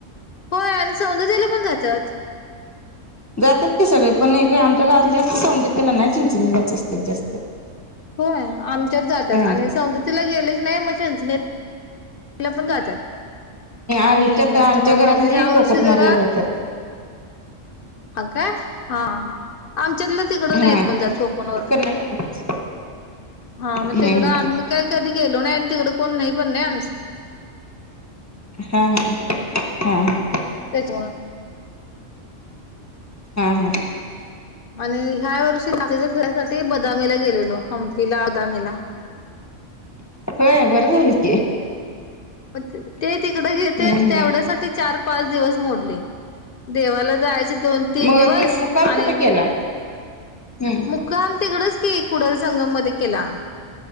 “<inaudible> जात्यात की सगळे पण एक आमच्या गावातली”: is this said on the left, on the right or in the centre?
Left